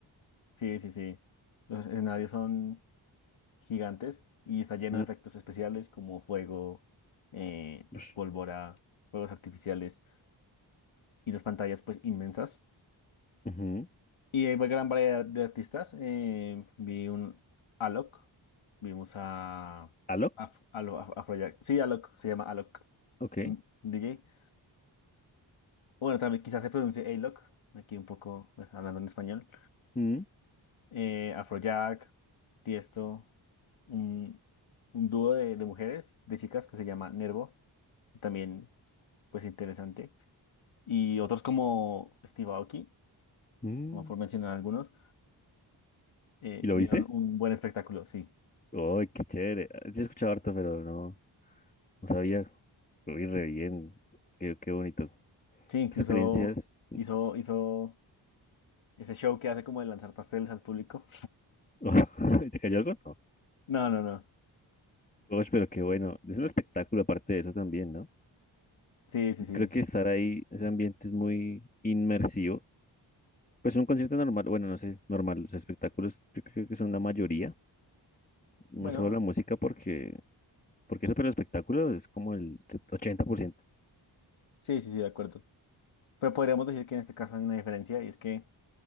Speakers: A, on the left; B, on the left.
A: sí, sí, sí. Los escenarios son gigantes y está lleno
B: Mm,
A: de efectos especiales como fuego, eh,
B: ush,
A: pólvora, fuegos artificiales y las pantallas pues inmensas.
B: ujú.
A: Y hay gran variedad de artistas. eh, vi un Alok, vimos a,
B: ¿Alok?
A: a, Alo- a- Afrojack. Sí, Alok, se llama Alok,
B: Ok.
A: es un DJ. O Bueno, también quizás se pronuncie Alok, aquí un poco pues, hablando en español.
B: Mm,
A: eh, Afrojack, Tiesto, un, un dúo de, de mujeres, de chicas que se llama Nervo, también pues interesante, y otros como Steve Aoki,
B: mm.
A: como por mencionar algunos, eh,
B: ¿Y lo
A: dieron
B: viste?
A: un buen espectáculo, sí.
B: Uy, qué chévere. Ah, Sí he escuchado harto, pero no, no sabía. Uy, re bien. Qué, qué bonito.
A: Sí, incluso
B: ¿Qué experiencias?
A: hizo, hizo ese show que hace como de lanzar pasteles al público.
B: Oh, <laughs> ¿Te cayó algo? No.
A: No, no, no.
B: Uy, pero qué bueno. Es un espectáculo aparte de eso también, ¿no?
A: Sí, sí,
B: Yo
A: sí.
B: creo que estar ahí, ese ambiente es muy inmersivo. Pues un concierto normal, bueno, no sé, normal. Los espectáculos yo creo que son la mayoría. No
A: Bueno,
B: solo la música, porque, porque eso, pero el espectáculo es como el 80%.
A: sí, sí, sí, de acuerdo. Pero podríamos decir que en este caso hay una diferencia y es que